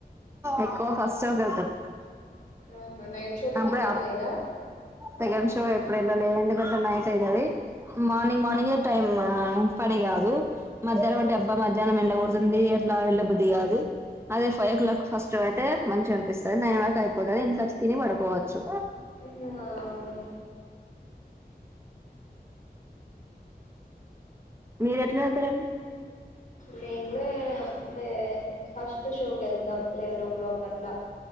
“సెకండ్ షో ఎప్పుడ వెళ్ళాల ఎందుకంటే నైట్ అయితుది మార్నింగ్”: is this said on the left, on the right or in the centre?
Right